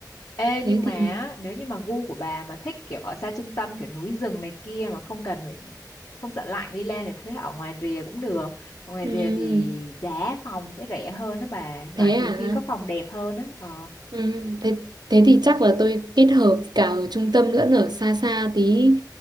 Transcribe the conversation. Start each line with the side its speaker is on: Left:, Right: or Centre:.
Left: Ê,
Right: thế
Left: nhưng
Right: thì
Left: mà á, nếu như mà gu của bà mà thích kiểu ở xa trung tâm kiểu núi rừng này kia mà không cần phải không sợ lạnh đi lên thì tôi thấy ở ngoài rìa cũng được ở ngoài
Right: ừ,
Left: rìa thì giá phòng sẽ rẻ hơn đó bà mà
Right: thế
Left: nhiều
Right: à
Left: khi có phòng đẹp hơn á ờ
Right: Ừ, thế, thế thì chắc là tôi kết hợp cả ở trung tâm lẫn ở xa xa tí